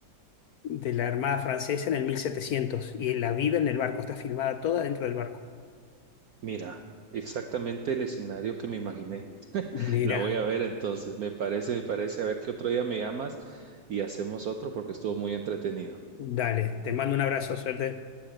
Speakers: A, on the left; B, on the right.
A: de la Armada Francesa en el 1700 y la vida en el barco está filmada toda dentro del barco.
B: Mira, exactamente el escenario que me imaginé.
A: Mira,
B: La voy a ver entonces, me parece, me parece. A ver qué otro día me llamas y hacemos otro porque estuvo muy entretenido.
A: dale, te mando un abrazo, suerte.